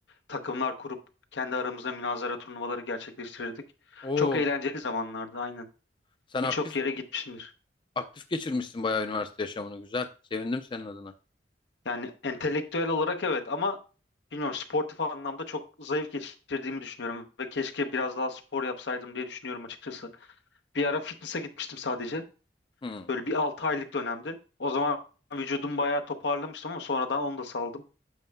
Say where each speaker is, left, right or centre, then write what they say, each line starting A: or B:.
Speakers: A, on the left; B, on the left.
A: takımlar kurup kendi aramızda münazara turnuvaları gerçekleştirirdik.
B: Oo,
A: Çok eğlenceli zamanlardı aynen.
B: sen
A: Birçok
B: aktif
A: yere gitmişimdir.
B: aktif geçirmişsin bayağı üniversite yaşamını. Güzel. Sevindim senin adına.
A: Yani entelektüel olarak evet ama bilmiyorum sportif anlamda çok zayıf geçirdiğimi düşünüyorum ve keşke biraz daha spor yapsaydım diye düşünüyorum açıkçası. Bir ara fitness'a gitmiştim sadece.
B: Hmm.
A: Böyle bir 6 aylık dönemdi. O zaman vücudum bayağı toparlamıştım ama sonradan onu da saldım.